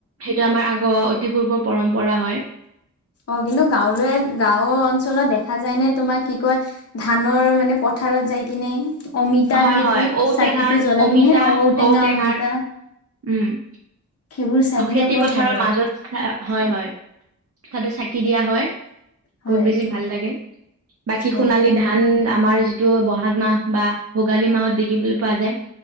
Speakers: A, on the right; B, on the left.
A: সেইটো আমাৰ আগ অতি পূৰ্বৰ পৰম্পৰা হয়।
B: অঁ কিন্তু গাঁৱলৈ গাঁওৰ অঞ্চলত দেখা যায় নে তোমাৰ কি কয় ধানৰ মানে প পথাৰত যাই কিনে অমিতাৰ
A: হয়
B: সেইটোত
A: হয় ঔটেঙাৰ
B: চাকিটো জ্বলাই
A: অমিতা
B: কিনে অ ঔটেঙা
A: ঔটেঙাৰ
B: অমিতা
A: উম
B: সেইবোৰ চাই কিনে
A: খেতি
B: বৰ
A: পথাৰৰ
B: ভাল লাগে
A: মাজত হয় হয় পথাতো চাকি দিয়া হয়
B: হয়
A: বহুত বেছি ভাল লাগে বাকী
B: অ
A: সোণালী
B: সেই-
A: ধান আমাৰ যিটো বহাগ মাহ বা ভোগালী মাহত দেখিবলে পোৱা যায়